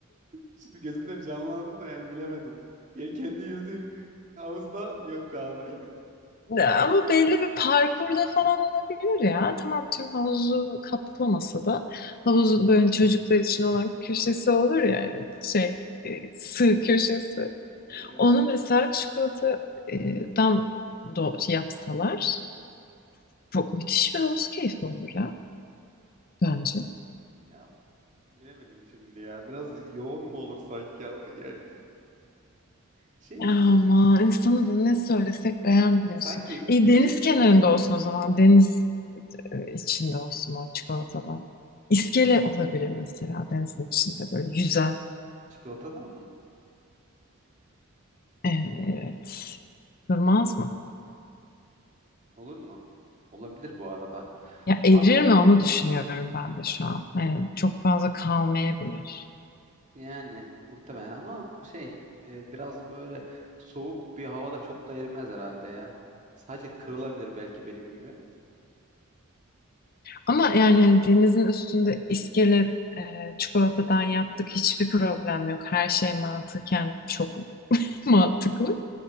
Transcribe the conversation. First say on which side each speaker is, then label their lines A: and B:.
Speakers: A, on the right (about 35°); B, on the left (about 45°).
A: Şimdi gözümde bir canlandı da yani bilemedim. Ya kendi yüzdüğüm havuzda yok abi. <laughs>
B: Ama belli bir parkurda falan olabilir ya. Tamam tüm havuzu kaplamasa da havuzun böyle çocuklar için olan köşesi olur ya yani şey e, sığ köşesi.
A: Ee,
B: Onu mesela çikolatadan do- yapsalar çok müthiş bir havuz keyfi olur ya bence.
A: ya bilemedim şimdi ya. Biraz yoğun mu olur sanki? ya? Yani şey
B: Ama insanı da ne söylesek beğenmiyorsun.
A: Sanki
B: İyi
A: iki
B: deniz kenarında olsun o zaman. Deniz e, içinde olsun o çikolatada. İskele olabilir mesela denizin içinde böyle yüzen.
A: çikolatadan mı?
B: Evet. Durmaz mı?
A: Olur mu? Olabilir bu arada.
B: Ya erir
A: A,
B: mi onu düşünüyorum ben de şu an. Hani çok fazla kalmayabilir.
A: yani muhtemelen ama şey e, biraz böyle soğuk bir havada çok da erimez herhalde ya. Sadece kırılabilir belki benim gibi.
B: Ama yani hani denizin üstünde iskele e, çikolatadan yaptık hiçbir problem yok. Her şey mantıken çok <laughs> mantıklı.